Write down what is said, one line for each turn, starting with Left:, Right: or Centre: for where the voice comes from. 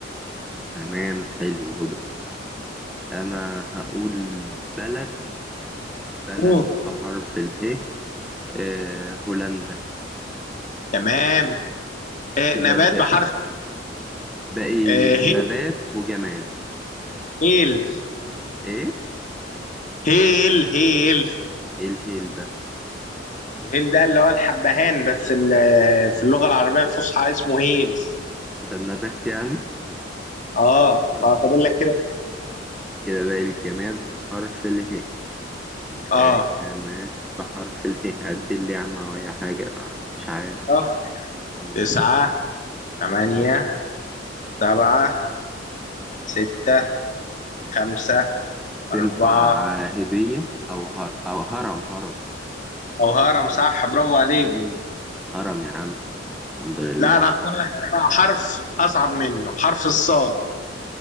Centre: تمام حلو هدهد أنا هقول بلد بلد
Left: مم.
Centre: بحرف اله آه هولندا
Left: تمام آه.
Centre: كده
Left: نبات
Centre: باقي
Left: بحرف
Centre: باقي
Left: آه. هيل
Centre: نبات وجماد
Left: هيل
Centre: ايه
Left: هيل هيل
Centre: ايه الهيل ده
Left: الهيل ده اللي هو الحبهان بس ال- في اللغة العربية الفصحى اسمه هيل
Centre: ده النبات يعني
Left: اه
Centre: اه
Left: ففاضل لك كده
Centre: كده باقي الجماد بحرف اله آه،
Left: اه
Centre: كمان بحرف اله عدل لي يا عم أو أي حاجة أنا مش عارف
Left: صح
Centre: م-
Left: تسعة ثمانية
Centre: م-
Left: سبعة ستة
Centre: م-
Left: خمسة
Centre: تنفع
Left: أربعة
Centre: آه، هدية أو هر... أو هرم هرم
Left: أو هرم صح برافو عليك
Centre: مم. هرم يا عم الحمد لله
Left: لا أنا هختار لك أنا بقى حرف أصعب منه حرف الصاد